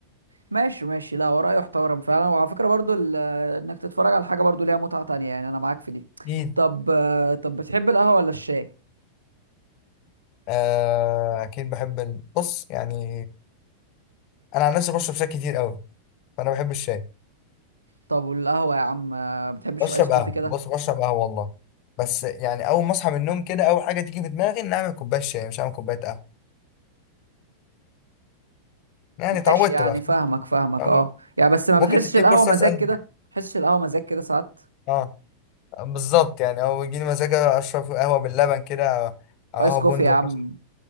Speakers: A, on the right; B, on the left.
A: ماشي ماشي لا وراه يحترم فعلا وعلى فكرة برضو ال- انك تتفرج على حاجة برضو ليها متعة تانية يعني انا معاك في دي
B: اكيد
A: طب آه، طب بتحب القهوة ولا الشاي
B: آه اكيد بحب ال... بص يعني انا عن نفسي بشرب شاي كتير قوي فانا بحب الشاي
A: طب والقهوة يا عم آه، بتحبش
B: بشرب
A: الايس كوفي
B: قهوه
A: كده
B: بص بشرب قهوه والله بس يعني اول ما اصحى من النوم كده اول حاجه تيجي في دماغي ان اعمل كوبايه شاي مش هعمل كوبايه قهوه يعني اتعودت
A: ماشي يعني
B: بقى فاهم؟
A: فاهمك فاهمك
B: اتعودت
A: اه يعني بس ما
B: ممكن
A: بتحسش
B: تديني
A: القهوة
B: فرصه
A: مزاج
B: اسال
A: كده بتحسش القهوة مزاج كده ساعات
B: اه بالظبط يعني او يجي لي مزاج اشرب قهوه باللبن كده او أو
A: ايس
B: قهوه
A: كوفي
B: بندق
A: يا عم
B: مثلا